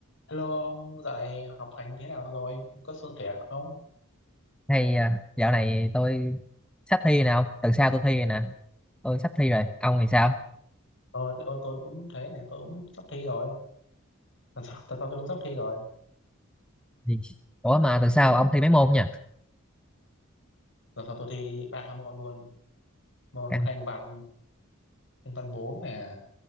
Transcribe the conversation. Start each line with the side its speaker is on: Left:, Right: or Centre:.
Left: Hello ông, dạo này học hành thế nào rồi? Có suôn sẻ không?
Centre: hay à, dạo này tôi sắp thi nè ông tuần sau tôi thi rồi nè tôi sắp thi rồi ông thì sao
Left: Ờ, thế, ô, tôi cũng thế này, tôi cũng sắp thi rồi. Tuần sau, tuần sau tôi cũng sắp thi rồi.
Centre: Gì? ủa mà tuần sau ông thi mấy
Left: Mà-
Centre: môn nhỉ?
Left: Tuần sau tôi thi ba môn luôn. Môn
Centre: căng
Left: Anh văn, Anh văn 4 nè,